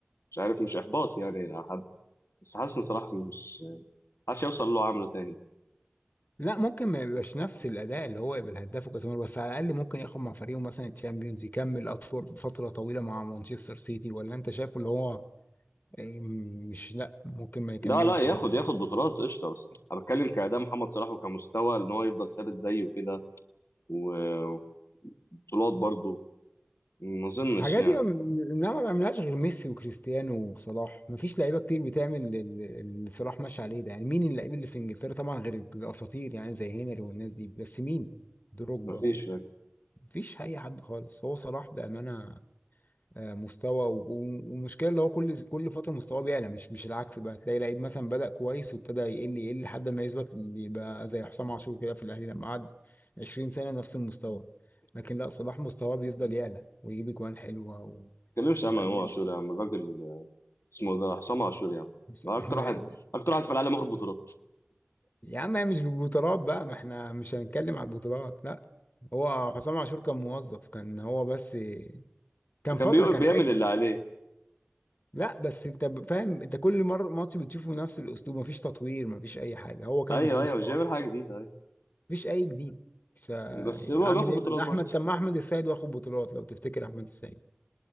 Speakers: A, on the left; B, on the left.
A: مش عارف مش احباط يعني حد بس حاسس ان صلاح مش حاسس يوصل اللي هو عامله تاني
B: لا ممكن ما يبقاش نفس الاداء اللي هو يبقى الهداف وكذا مره بس على الاقل ممكن ياخد مع فريقه مثلا الشامبيونز يكمل اطول فتره طويله مع مانشستر سيتي ولا انت شايفه اللي هو إيه، مش لا ممكن ما يكملش
A: ده لا ياخد
B: كمان
A: ياخد بطولات قشطه بس انا بتكلم كاداء محمد صلاح وكمستوى ان هو يفضل ثابت زيه كده و- وبطولات برضه ما اظنش
B: الحاجات
A: يعني
B: دي ما انما ما بيعملهاش غير ميسي وكريستيانو وصلاح ما فيش لعيبه كتير بتعمل ال- اللي صلاح ماشي عليه ده يعني مين اللعيب اللي في انجلترا طبعا غير الاساطير يعني زي هنري والناس دي بس مين دروجبا
A: ما فيش فاهم ما
B: مفيش اي حد خالص هو صلاح بامانه آه، مستوى و- و- والمشكله اللي هو كل كل فتره مستواه بيعلى مش مش العكس بقى تلاقي لعيب مثلا بدأ كويس وابتدى يقل يقل لحد ما يثبت اللي يبقى زي حسام عاشور كده في الاهلي لما قعد 20 سنه نفس المستوى لكن لا صلاح مستواه بيفضل يعلى ويجيب اجوان حلوه و...
A: تتكلمش عن
B: لا
A: امام
B: جامد
A: عاشور يا عم الراجل اسمه ده حسام عاشور يا عم
B: بس
A: ده
B: <laughs>
A: اكتر
B: ما...
A: واحد اكتر واحد في العالم واخد بطولات
B: يا عم هي مش بالبطولات بقى ما احنا مش هنتكلم على البطولات لا هو حسام عاشور كان موظف كان هو بس كان فتره
A: كان بيقول-
B: كان
A: بيعمل
B: حلو
A: اللي عليه
B: لا بس انت ب- فاهم انت كل مره ماتش بتشوفه نفس الاسلوب مفيش تطوير مفيش اي حاجه هو كان
A: ايوه
B: في مستوى
A: ايوه مش بيعمل حاجه جديده
B: مفيش اي جديد فاعمل
A: بس هو باخد
B: ايه
A: بطولات
B: ده احمد
A: برضه
B: طب ما احمد السيد واخد بطولات لو تفتكر احمد السيد